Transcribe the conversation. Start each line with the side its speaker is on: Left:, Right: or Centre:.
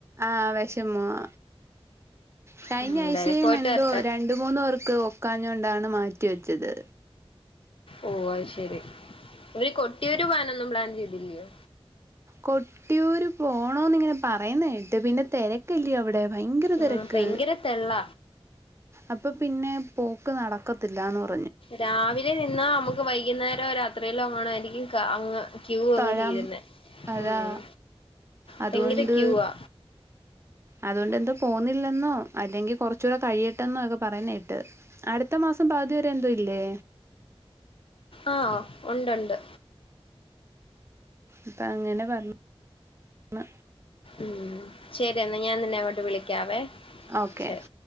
Right: ആ വെഷമവാ കയിഞ്ഞാഴ്ചയും
Left: ഉം എന്തായാലും പോയിട്ട്
Right: എന്തോ
Left: വരട്ടെ
Right: രണ്ട് മൂന്നുപേർക്ക് ഒക്കാഞ്ഞോണ്ടാണ് മാറ്റി വെച്ചത്
Left: ഓ അയ് ശെരി ഇവര് കൊട്ടിയൂര് പോവാനൊന്നും പ്ലാൻ ചെയ്തില്ലിയോ?
Right: കൊട്ടിയൂര് പോണോന്ന് ഇങ്ങനെ പറയുന്ന കേ ട്ട് പിന്നെ തെരക്കല്ലിയോ അവിടെ ഭയങ്കര
Left: ആ
Right: തെരക്ക്
Left: ഭയങ്കര തെള്ള
Right: അപ്പൊ പിന്നെ പോക്ക് നടക്കു ക്കത്തില്ലാന്ന് പ
Left: രാവിലെ നിന്നാ നമു ക്ക് വൈകുന്നേരവോ രാത്രിയിലോ എങ്ങാണാരിക്കും ക അങ്ങ്. ക്യൂ
Right: തൊഴാം
Left: അങ്ങ് തീരുന്നെ
Right: അതാ
Left: ഉം
Right: അതുകൊണ്ട്
Left: ഭയങ്കര ക്യൂവാ
Right: അതുകൊണ്ട് എന്തോ പോന്നില്ലെന്നോ അല്ലെങ്കിൽ. കുറച്ചുകൂടെ കഴിയട്ടെ എന്നൊക്കെ പറയുന്ന കേട്ടു. അടുത്ത മാസം പകുതിവരെ എന്തോ ഇല്ലേ.
Left: ആ ഉണ്ടുണ്ട്
Right: അപ്പൊ അങ്ങനെ പറഞ്ഞു മ
Left: ഉം ശരി എന്നാ ഞാൻ നിന്നെ അങ്ങോട്ട് വിളിക്കാവേ
Right: ഓക്കേ
Left: ശരി